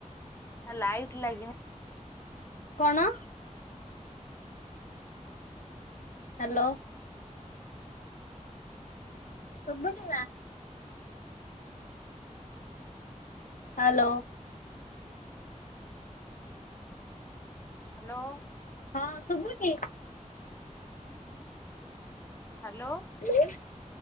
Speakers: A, on the left (about 20°); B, on the left (about 80°).
A: ଆ ଲାଇଟ୍ ଲାଗିଛି।
B: କଣ? ହ୍ୟାଲୋ। ଶୁଭୁଛି ନା। ହ୍ୟାଲୋ।
A: ହ୍ୟାଲୋ।
B: ହଁ ଶୁଭୁଛି।
A: ହ୍ୟାଲୋ।
B: ଏ